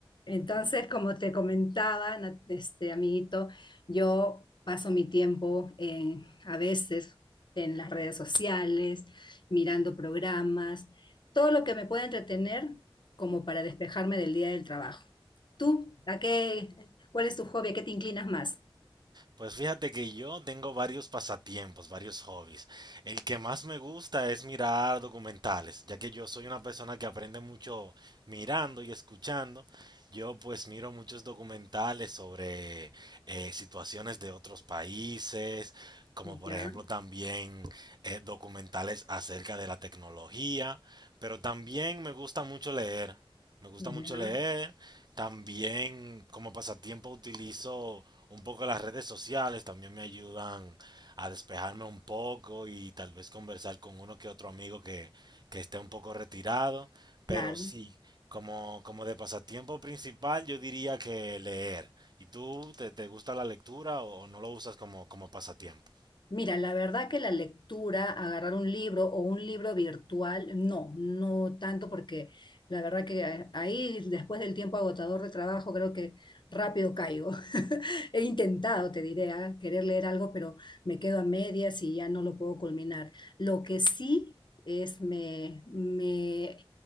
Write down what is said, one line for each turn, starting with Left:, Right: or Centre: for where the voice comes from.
Left: Entonces, como te comentaba, na- este amiguito, yo paso mi tiempo en- a veces en las redes sociales, mirando programas, todo lo que me pueda entretener como para despejarme del día del trabajo. ¿Tú, a qué, cuál es tu hobby? ¿A qué te inclinas más?
Right: Pues fíjate que yo tengo varios pasatiempos, varios hobbies. El que más me gusta es mirar documentales, ya que yo soy una persona que aprende mucho mirando y escuchando. Yo pues miro muchos documentales sobre eh, situaciones de otros países, como por
Left: Ya,
Right: ejemplo también eh, documentales acerca de la tecnología, pero también me gusta mucho leer. Me gusta
Left: ya,
Right: mucho leer. También como pasatiempo utilizo un poco las redes sociales. También me ayudan a despejarme un poco y tal vez conversar con uno que otro amigo que, que esté un poco retirado. Pero
Left: claro.
Right: sí, como, como de pasatiempo principal yo diría que leer. ¿Y tú te, te gusta la lectura o, o no lo usas como, como pasatiempo?
Left: Mira, la verdad que la lectura, agarrar un libro o un libro virtual, no, no tanto porque la verdad que a- ahí después del tiempo agotador de trabajo creo que rápido caigo. <laughs> He intentado, te diré, ah, querer leer algo, pero me quedo a medias y ya no lo puedo culminar. Lo que sí es me, me